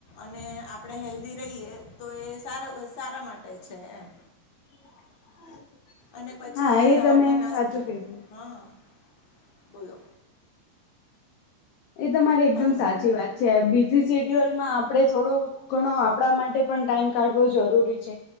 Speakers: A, on the left; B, on the left.
A: અને આપણે હેલ્ધી રહીએ તો એ સારા, સારા માટે છે એમ
B: <inaudible>
A: અને પછી
B: હા
A: સવારના
B: એ તમે
A: નાસ્તા,
B: સાચું
A: હ,
B: કીધું
A: હા, બોલો
B: એ તમારી એકદમ
A: હલો
B: સાચી વાત છે જી સીડ્યુલમાં આપણે થોડો ઘણો આપણા માટે પણ ટાઈમ કાઢવો જરૂરી છે,